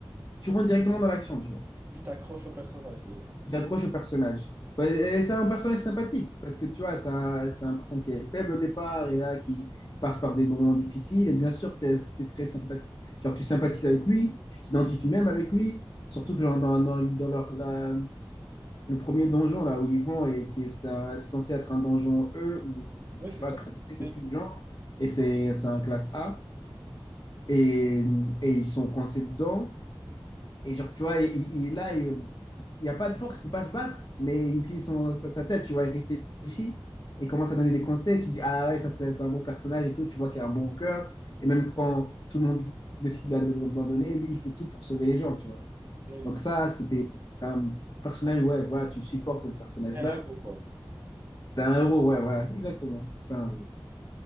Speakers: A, on the left; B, on the right.
A: tu rentres directement dans l'action, tu vois.
B: tu t'accroches au personnage déjà.
A: Tu t'accroches au personnage. Bah, Et c'est un personnage sympathique, parce que tu vois, c'est un, c'est un personnage qui est faible au départ, et là, qui passe par des moments difficiles. Et bien sûr, t'es es, très sympathique. Genre, tu sympathises avec lui, tu t'identifies même avec lui. Surtout que genre, dans, dans- dans leur, la- le premier donjon, là, où ils vont, et qui est euh, censé être un donjon E, ou
B: Oui,
A: je
B: c'est
A: sais pas,
B: ça.
A: classé,
B: Dès-
A: un truc du genre. Et c'est c'est un classe A. et, et ils sont coincés dedans. Et genre, tu vois, il, il est là, et il n'y a pas de force qui peut pas se battre, mais il suit son, sa, sa tête, tu vois, il réfléchit et commence à donner des conseils. Tu dis, ah ouais, ça c'est c'est un bon personnage et tout, tu vois qu'il a un bon cœur. Et même quand tout le monde décide de l'abandonner, lui, il fait tout pour sauver les gens, tu vois.
B: ouais, les
A: Donc
B: combats,
A: ça, c'était c'est un personnage, ouais, voilà, tu supportes ce personnage-là.
B: c'est un héros, quoi.
A: C'est un héros, ouais, voilà, exactement. C'est un héros.